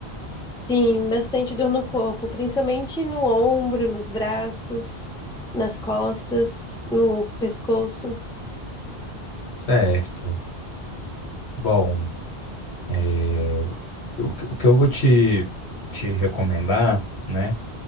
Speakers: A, in the centre; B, on the left.
A: Sim, bastante dor no corpo, principalmente no ombro, nos braços, nas costas, no pescoço.
B: Certo. Bom, é, o, que o que eu vou te, te recomendar, né,